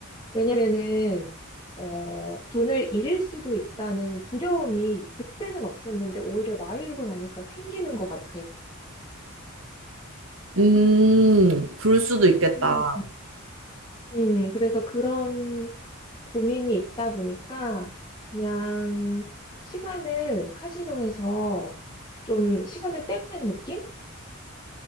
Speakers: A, on the left (about 20°); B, on the right (about 70°).
A: 왜냐면은, 어, 돈을 잃을 수도 있다는 두려움이 그때는 없었는데 오히려 나이 들고 나니까 생기는 것 같아.
B: 음, 그럴 수도 있겠다.
A: 음, 음, 그래서 그런 고민이 있다 보니까 그냥 시간을 카지노에서 좀 시간을 때우는 느낌?